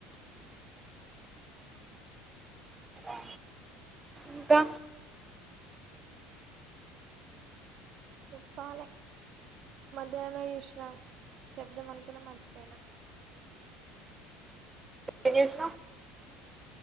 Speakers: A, on the right; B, on the right.
A: ఆ ఇంకా
B: చెప్పాలే మధ్యాహ్నమే చూసినా చెబుదాం అనుకున్నా మర్చిపోయినా
A: ఏం చేస్తున్నావ్